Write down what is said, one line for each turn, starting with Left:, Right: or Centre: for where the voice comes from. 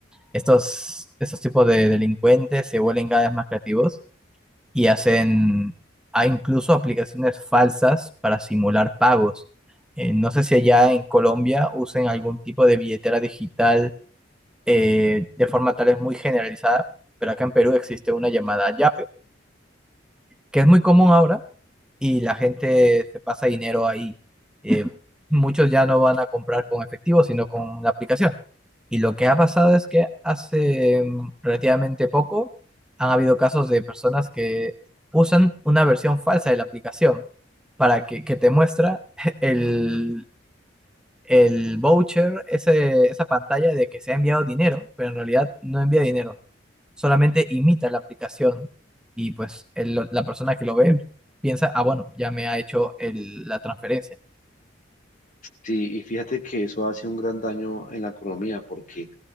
Centre: estos, estos tipos de delincuentes se vuelven cada vez más creativos y hacen, hay incluso aplicaciones falsas para simular pagos. Eh, no sé si allá en Colombia usen algún tipo de billetera digital eh, de forma tal vez muy generalizada, pero acá en Perú existe una llamada Yape, que es muy común ahora y la gente se pasa dinero ahí. Eh, muchos ya no van a comprar con efectivo, sino con una aplicación. Y lo que ha pasado es que hace mm, relativamente poco han habido casos de personas que usan una versión falsa de la aplicación para que, que te muestra <laughs> el, el voucher, ese, esa pantalla de que se ha enviado dinero, pero en realidad no envía dinero, solamente imita la aplicación y pues el- la persona que lo ve piensa, ah, bueno, ya me ha hecho el- la transferencia.
Left: Sí, y fíjate que eso hace un gran daño en la economía porque,